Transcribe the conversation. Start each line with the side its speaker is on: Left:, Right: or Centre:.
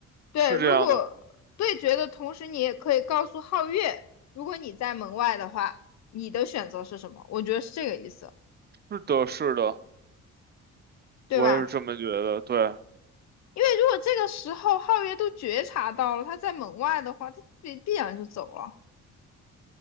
Left: 对，
Right: 是这样的，
Left: 如果对决的同时，你也可以告诉皓月，如果你在门外的话，你的选择是什么？我觉得是这个意思，
Right: 是的，是的，
Left: 对吧？
Right: 我也是这么觉得，对，
Left: 因为如果这个时候皓月都觉察到了他在门外的话，他必必然就走了。